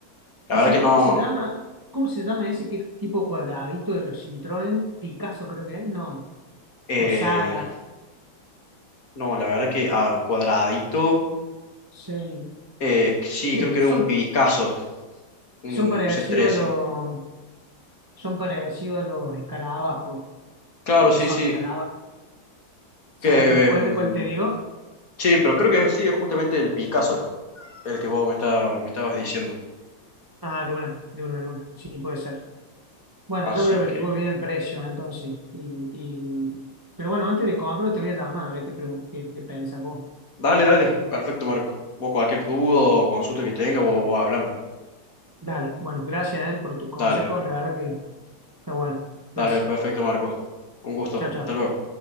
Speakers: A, on the left; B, on the right.
A: La
B: Y
A: verdad
B: si
A: que
B: no,
A: no,
B: ¿cómo se llama? ¿Cómo se llama ese que es tipo cuadradito de los Citroën? Picasso creo que es, no.
A: eh,
B: O Sara,
A: no, la verdad que a cuadradito,
B: sí.
A: eh, sí,
B: Que
A: creo que era
B: son,
A: un Picasso, un
B: son parecidos
A: C13.
B: a los, son parecidos a los escarabajos,
A: Claro,
B: pero
A: sí,
B: no son
A: sí.
B: escarabajos. O sea,
A: Que,
B: ¿te das
A: em,
B: cuenta cuál te digo?
A: sí, pero creo que sí, es justamente el Picasso, el que vos me está, me estabas diciendo.
B: Ah, de una, de una, de una. Sí, puede ser. Bueno,
A: Así
B: yo voy a averiguar
A: que,
B: bien precios entonces. Y, y... Pero bueno, antes de comprarlo te voy a llamar a ver qué, pregu- qué, qué pensás vos.
A: dale, dale. Perfecto, Marco. Vos cualquier duda o consulta que tenga, vos, vos háblame.
B: Dale, bueno, gracias, eh, por tus consejos.
A: Dale,
B: La verdad que está bueno.
A: dale,
B: Gracias.
A: perfecto, Marco. Un gusto.
B: Chao, chao.
A: Hasta luego.